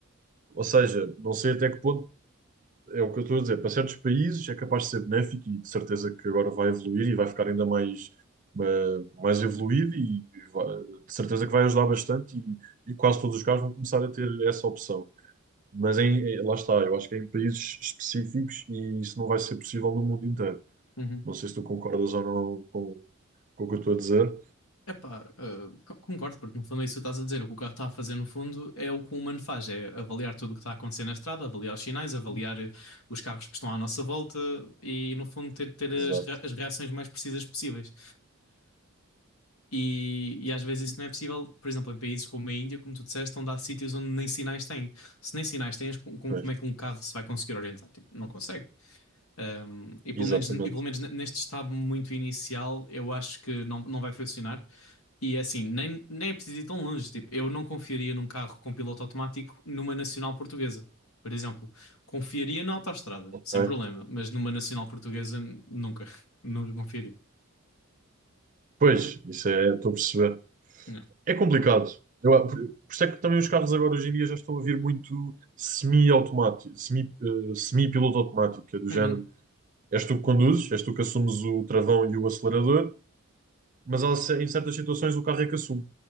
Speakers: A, on the right; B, on the left.
A: Ou seja, não sei até que ponto É o que eu estou a dizer. Para certos países é capaz de ser benéfico e de certeza que agora vai evoluir e vai ficar ainda mais, ma- mais evoluído e vai- de certeza que vai ajudar bastante e, e quase todos os carros vão começar a ter essa opção. Mas em, em- lá está, eu acho que é em países específicos e isso não vai ser possível no mundo inteiro.
B: Uhum.
A: Não sei se tu concordas ou não com, com o que eu estou a dizer.
B: Epá, eh, co- concordo, porque no fundo é isso que estás a dizer. O que o carro está a fazer no fundo é o que o humano faz, é avaliar tudo o que está a acontecer na estrada, avaliar os sinais, avaliar eh, os carros que estão à nossa volta e no fundo ter, ter as,
A: Exato.
B: re- as reações mais precisas possíveis. E, e às vezes isso não é possível, por exemplo, em países como a Índia, como tu disseste, onde há sítios onde nem sinais têm. Se nem sinais tens, com- com-
A: Pois,
B: como é que um carro se vai conseguir orientar? Tipo, não consegue. Um, e pelo
A: exatamente.
B: menos, e pelo menos neste estado muito inicial, eu acho que não, não vai funcionar. E é assim, nem, nem é preciso ir tão longe. Tipo, eu não confiaria num carro com piloto automático numa nacional portuguesa, por exemplo. Confiaria na autoestrada,
A: Ok.
B: sem problema, mas numa nacional portuguesa, nunca. <laughs> Nunca confiaria.
A: Pois, isso é, estou a perceber.
B: Não.
A: É complicado. Eu, por, por isso é que também os carros agora hoje em dia já estão a vir muito semi-automático, semi, eh, semi-piloto automático, que é do
B: Uhum.
A: género. És tu que conduzes, és tu que assumes o travão e o acelerador, mas há ce- em certas situações o carro é que assume.